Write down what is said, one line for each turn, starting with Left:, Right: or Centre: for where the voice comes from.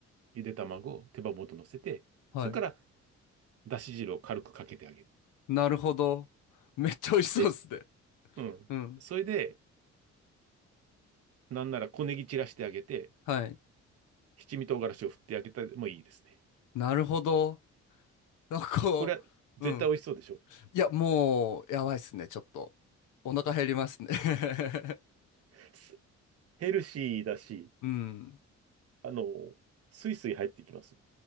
Right: ゆで卵、手羽元乗せて、
Left: はい。
Right: それから、だし汁を軽くかけてあげる。
Left: なるほど。めっちゃ美味しそうですね。
Right: で、うん。
Left: うん。
Right: それで、なんなら小ネギ散らしてあげて、
Left: はい。
Right: 七味唐辛子を振ってあげてもいいですね。
Left: なるほど。なんかこう、
Right: これは絶対美味しそうでしょ。
Left: うん。いや、もう、やばいっすね、ちょっと。お腹減りますね <laughs>
Right: すヘルシーだし、
Left: うん。
Right: あの、スイスイ入ってきますよ。